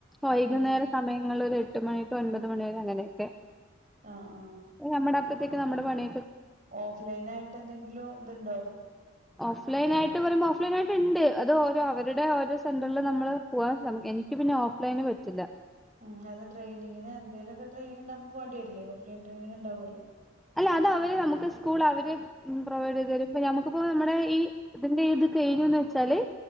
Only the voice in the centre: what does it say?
വൈകുന്നേര
സമയങ്ങളില് ഒരു എട്ട് മണി ടു ഒൻപത് മണി വരെ അങ്ങനൊക്കെ
നമ്മടെ അപ്പത്തേക്ക് നമ്മടെ പണി
ഓഫ് ലൈൻ ആയിട്ട് വരുമ്പോ ഓഫ് ലൈൻ ആയിട്ട് ഇണ്ട് അത് ഓരോ അവരുടെ ഓരോ സെന്ററില് നമ്മള് പോവാൻ ന എനി നിക്ക് പിന്നെ ഓഫ് ലൈന് പറ്റില്ല
അല്ല അത് അവര് നമ്മുക്ക് സ്കൂൾ അവര് പ്രൊവൈഡ് ചെയ്തു തരും ഇപ്പൊ ഞമ്മുക്കിപ്പോ നമ്മുടെ ഈ ഇതിന്റെ ഇത് കഴിഞ്ഞൂന്ന് വെച്ചാല്